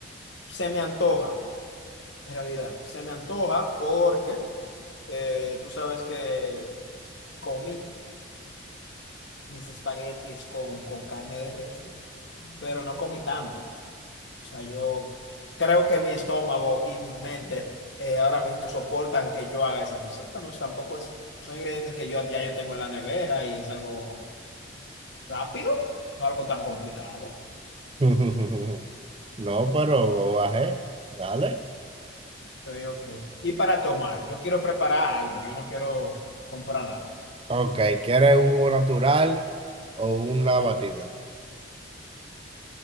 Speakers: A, on the left (about 65°); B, on the right (about 25°).
A: Se me antoja, en realidad. Se me antoja porque eh, tú sabes que comí mis espaguetis con, con carne de res, pero no comí tanto. O sea, yo creo que mi estómago y mi mente eh, ahora mismo soportan que yo haga esa receta. No es tampoco es, son ingredientes que yo ya yo tengo en la nevera y es algo Rápido, no algo tan complicado.
B: <laughs> No, pero go ahead, dale.
A: Ok, ok. Y para tomar, yo quiero preparar algo, yo no quiero comprar nada.
B: Ok, ¿quieres un jugo natural o una batida?